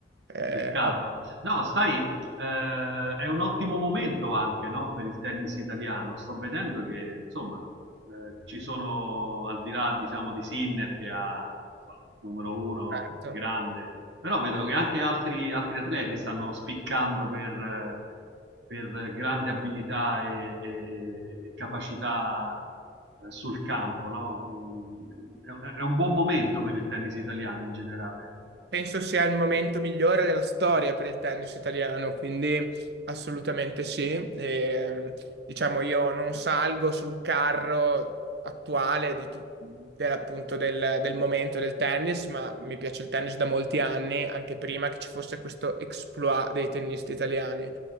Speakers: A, on the right (about 65°); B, on the right (about 80°).
A: eh,
B: Peccato.
A: ha
B: No, sai, eh, è un ottimo momento anche, no, per il tennis italiano. Sto vedendo che, insomma, eh, ci sono, al di là, diciamo, di Sinner, che ha insomma, numero uno,
A: aperto.
B: grande, però vedo che anche altri, altri atleti stanno spiccando per, eh, per grande abilità e, e- e- e capacità eh, sul campo, no? Mm, È, è un buon momento per il tennis italiano in generale.
A: Penso sia il momento migliore della storia per il tennis italiano, quindi assolutamente sì. E, diciamo, io non salgo sul carro attuale di tut- del, appunto del, del momento del tennis, ma mi piace il tennis da molti anni, anche prima che ci fosse questo exploit dei tennisti italiani.